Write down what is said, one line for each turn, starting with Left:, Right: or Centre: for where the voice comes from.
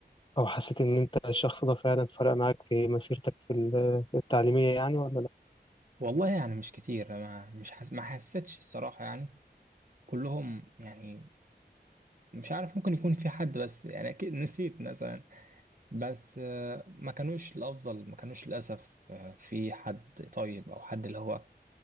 Left: او حسيت ان انت الشخص ده فعلا فرق معاك في مسيرتك في ال- التعليمية يعني ولا لا
Right: والله يعني مش كتير ما مش حس... ما حسيتش الصراحة يعني كلهم يعني مش عارف ممكن يكون في حد بس يعني أكيد نسيت مثلا بس آه، ما كانوش الأفضل ما كانوش للأسف آه، في حد طيب أو حد اللي هو